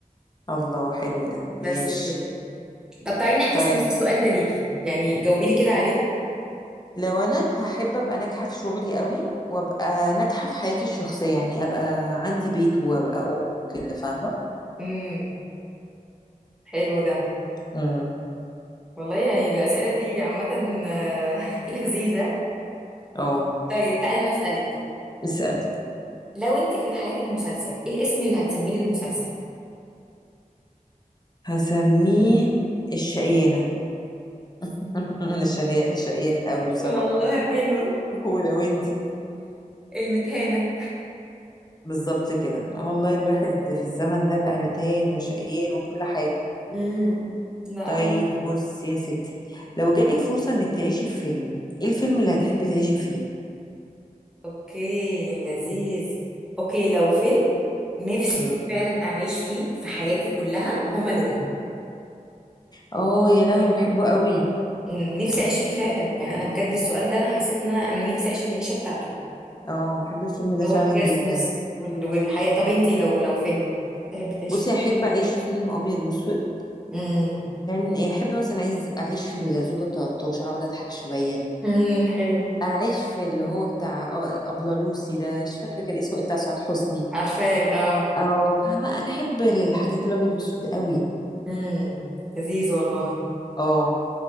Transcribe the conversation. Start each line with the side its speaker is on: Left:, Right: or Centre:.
Left: الله حلو ده ماشي
Centre: بس كده طب تعالي نعكس
Left: طيب
Centre: نفس السؤال ده ليكي يعني جاوبي لي كده عليه
Left: لو أنا هحب أبقى ناجحة في شغلي قوي وأبقى ناجحة في حياتي الشخصية يعني أبقى عندي بيت وأبقى أم وكده فاهمة؟
Centre: امم حلو ده
Left: امم
Centre: والله يعني الأسئلة دي عامة آه، <laughs> لذيذة
Left: أه
Centre: طيب تعالي انا اسألك
Left: اسألي
Centre: لو انت كانت حياتك مسلسل ايه الاسم اللي هتسميه للمسلسل
Left: هسميه الشقيانة <laughs> الشقيانة الشقيانة قوي بصراحة
Centre: والله حلو
Left: <laughs> ولو انتي
Centre: المتهانة
Left: بالظبط كده والله الواحد في الزمن ده بقى متهان وشقيان وكل حاجة
Centre: امم لا
Left: طيب
Centre: حلو
Left: بص يا ستي لو جالك فرصة انك تعيشي في فيلم ايه الفيلم اللي هتحبي تعيشي فيه
Centre: اوكي لذيذ اوكي لو فيلم نفسي
Left: مم.
Centre: فعلا اعيش فيه في حياتي كلها هما لون
Left: اه يا لهوي أنا بحبه قوي
Centre: مم، نفسي اعيش فيه فعلا يعني انا بجد السؤال ده انا حسيت ان انا انا نفسي اعيش في العيشه بتاعته
Left: اه بحب الفيلم
Centre: جو
Left: ده فعلا
Centre: الكريسماس
Left: جدا
Centre: وال... والحياه طب انت لو لو فيلم تحبي تعيشي
Left: بصي
Centre: فيه
Left: احب اعيش في فيلم ابيض واسود
Centre: امم
Left: كان احب مثلا عايز اعيش في الزوجة 13 اقعد اضحك شوية
Centre: امم حلو
Left: اعيش في اللي هو بتاع آه، ابله لوسي ده مش فاكرة كان اسمه ايه بتاع سعاد حسني
Centre: عارفه اه
Left: اه فاهمة انا احب الحاجات الابيض والاسود قوي
Centre: امم لذيذ والله
Left: اه